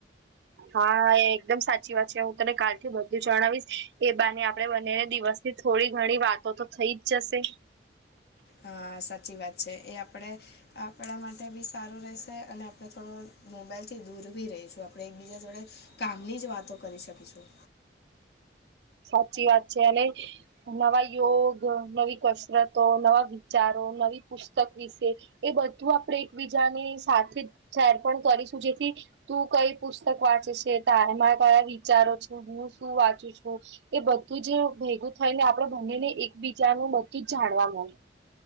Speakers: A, on the right; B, on the left.
A: હા હા એ એકદમ સાચી વાત છે હું તને કાલ થી બધું જણાવીશ એ બાને આપડે બંનેને દિવસ થી થોડી ઘણી વાતો તો થઈ જ જશે
B: હા સાચી વાત છે એ આપણે આપણા માટે બી સારું રહેશે અને આપણે થોડો મોબાઈલથી દૂર બી રહીશું આપણે એકબીજા જોડે કામની જ વાતો કરી શકીશું
A: સાચી વાત છે અને નવા યોગ નવી કસરતો નવા વિચારો નવી પુસ્તક એ બધું આપણે એકબીજાની સાથે શેર પણ કરીશું જેથી તું કઈ પુસ્તક વાંચે છે તારેમાં કયા વિચારો છે હું શું વાંચું છું એ બધું જ ભેગું થઈ ને આપડે ભનેને એકબીજાનું બધું જ જાણવા મળે